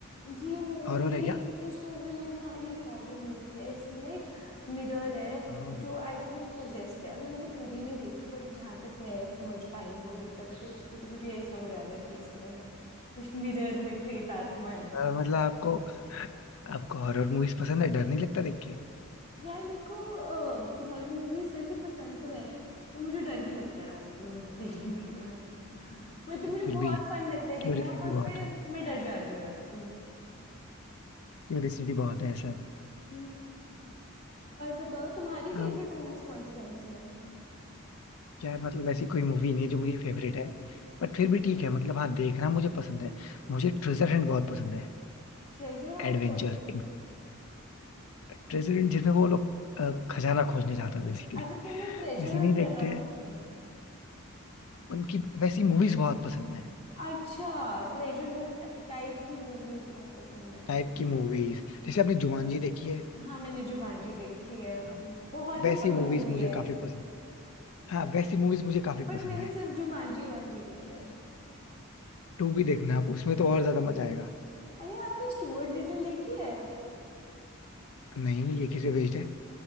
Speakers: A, on the left; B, on the left.
A: ये मूवी
B: हॉरर है क्या
A: इस मूवी में हाँ ये हॉरर मूवी है इसमें ना एक मिरर है
B: ओह
A: जो आई थिंक पोजेस्ड है अभी मैंने पूरी नहीं देखी बट जहां तक मैं समझ पाई हूँ अभी तक तो उसमें तो मुझे यही समझ आ रहा है कि इसमें कुछ मिरर में प्रेत आत्मा है
B: अ, मतलब आपको आपको हॉरर मूवीज पसंद है डर नहीं लगता देख के
A: यार मेरे को हॉरर मूवीज वैसे पसंद तो है पर मुझे डर भी लगता है रात को <laughs> देखने के बाद मतलब
B: तो
A: मुझे
B: फिर
A: बहुत
B: भी
A: फन लगता है देखना
B: क्यूरियोसिटी
A: पर
B: बहुत
A: फिर
B: है
A: मैं डर जाती हूँ रात को
B: क्यूरियोसिटी बहुत है ऐसा है
A: हम्म और बताओ तुम्हारी
B: अ,
A: फेवरेट मूवीज कौन सी कौन सी हैं
B: यार मतलब ऐसी कोई मूवी नहीं है जो मेरी फेवरेट है बट फिर भी ठीक है मतलब हाँ देखना मुझे पसंद है मुझे ट्रेजर हंट बहुत पसंद है
A: ट्रेजर हंट
B: एडवेंचर
A: कौन सी मूवी
B: ट्रेजरी जिसमें वो लोग अ, खजाना खोजने जाते हैं बेसिकली
A: अच्छा तुम्हें ट्रेजर
B: जैसे
A: हंट
B: नहीं देखते
A: करना
B: हैं
A: पसंद है
B: उनकी वैसी मूवीज बहुत पसंद है
A: अच्छा ट्रेजर हंट टाइप की मूवीज बहुत पसंद है
B: टाइप की मूवीज जैसे आपने जुमानजी देखी है
A: हाँ मैंने जुमांजी देखी है
B: हाँ,
A: बहुत
B: वैसी
A: ही फन
B: मूवीज
A: मूवी
B: मुझे
A: है
B: काफी पसंद हाँ वैसी मूवीज मुझे काफी
A: बट
B: पसंद
A: मैंने
B: है
A: सिर्फ जुमांजी वन देखी है
B: टू भी देखना आप उसमें तो और ज्यादा मजा आएगा
A: अरे आपने स्टुअर्ट लिटिल देखी है
B: नहीं ये किसे बेस्ड है